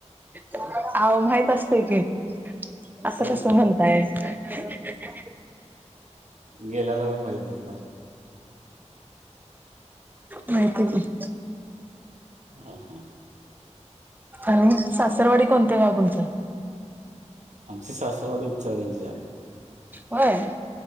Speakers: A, on the right; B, on the right.
A: अहो माहित असतंय की असं
B: होय
A: कसं म्हणताय. <inaudible>
B: गेल्याला बी माहित नसणार?
A: माहिताय की.
B: हा हा.
A: आणि सासरवाडी कोणत गाव तुमचं?
B: आमची सासरवाडी इचलकरंजीचं हाय.
A: होय?